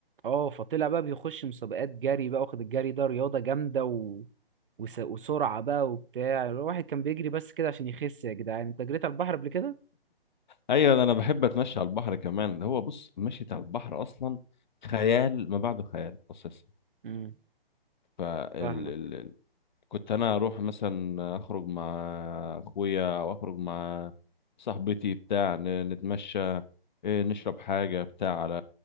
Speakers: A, on the right; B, on the left.
A: اه فطلع بقى بيخش مسابقات جري بقى واخد الجري ده رياضة جامدة و... وس... وسرعة بقى وبتاع الواحد كان بيجري بس كده عشان يخس يا جدعان انت جريت على البحر قبل كده
B: ايوه ده انا بحب اتمشى على البحر كمان ده هو بص مشيت على البحر اصلا خيال ما بعده خيال اساسا
A: امم
B: فال...
A: فاهمك
B: ال... ال- كنت انا اروح مثلا اخرج مع اخويا او اخرج مع صاحبتي بتاع ن- نتمشى إيه، نشرب حاجه بتاع على